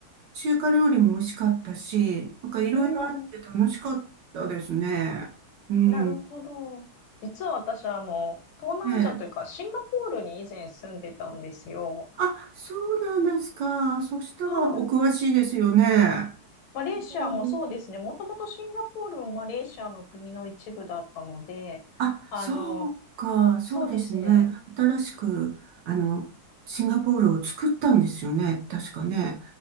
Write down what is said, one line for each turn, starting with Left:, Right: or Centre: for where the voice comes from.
Right: 中華料理も美味しかったし、なんかいろいろあって楽しかったですね。
Left: うん。
Right: うん。
Left: なるほど。実は私、あの、東南アジアというか、
Right: ねええ。
Left: シンガポールに以前住んでたんですよ。
Right: あ、そうなんですか。そしたらお詳しいですよね。
Left: はい。マレーシアもそうですね。
Right: うん
Left: もともとシンガポールもマレーシアの国の一部だったので、
Right: あ、
Left: あの、
Right: そうか。そうですね。
Left: そうですね。
Right: 新しく、あの、シンガポールを作ったんですよね。確かね。